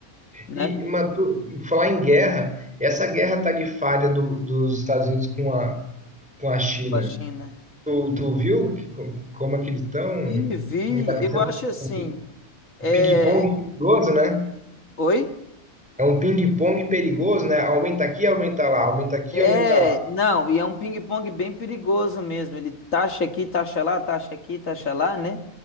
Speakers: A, on the left (about 65°); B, in the centre.
A: né?
B: E uma du- falar em guerra, essa guerra tarifária do- dos Estados Unidos com a, com a China,
A: Com a China.
B: tu, tu viu que- como é que eles estão?
A: Vi, vi,
B: Como está acontecendo?
A: eu acho assim,
B: Um
A: é...
B: ping-pong perigoso, né?
A: Oi?
B: É um ping-pong perigoso, né? Aumenta aqui, aumenta lá, aumenta aqui,
A: É,
B: aumenta lá.
A: não, e é um ping-pong bem perigoso mesmo, ele taxa aqui, taxa lá, taxa aqui, taxa lá, né?